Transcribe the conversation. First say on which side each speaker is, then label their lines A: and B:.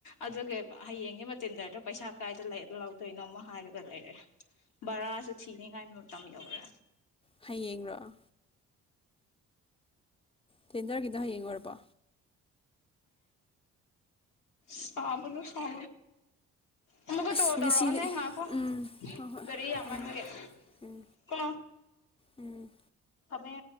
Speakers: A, on the left (about 85°); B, on the left (about 20°).
A: ꯑꯗꯨꯒꯤ ꯍꯌꯦꯡꯒꯤ ꯃꯇꯤꯟꯗꯔꯗꯣ ꯄꯩꯁꯥ ꯀꯥꯏꯗ ꯂꯧꯥꯎꯗꯣꯏꯅꯣꯃ ꯍꯥꯏꯔꯒ ꯂꯩꯔꯦ ꯚꯔꯥꯁꯨ ꯊꯤꯅꯤꯉꯥꯏ ꯃꯇꯝ ꯌꯧꯔꯦ
B: ꯍꯌꯦꯡꯔꯣꯑꯣ ꯊꯦꯟꯗꯔꯒꯤꯗꯣ ꯍꯌꯦꯡ ꯑꯣꯏꯔꯕ
A: ꯁꯥꯕꯣ ꯁꯥꯣ ꯑꯃꯨꯛꯀ
B: ꯑꯁ
A: ꯇꯣ ꯇꯧꯔꯛꯑꯣꯅꯦ
B: ꯉꯁꯤꯗꯤ
A: ꯉꯈꯣ
B: ꯎꯝ ꯍꯣꯏ ꯍꯣꯏ
A: ꯒꯥꯔꯤ ꯌꯥꯝꯃꯟꯕꯒꯦ
B: ꯊꯝꯃꯒꯦ ꯎꯝ
A: ꯀꯣ
B: ꯎꯝ
A: ꯃ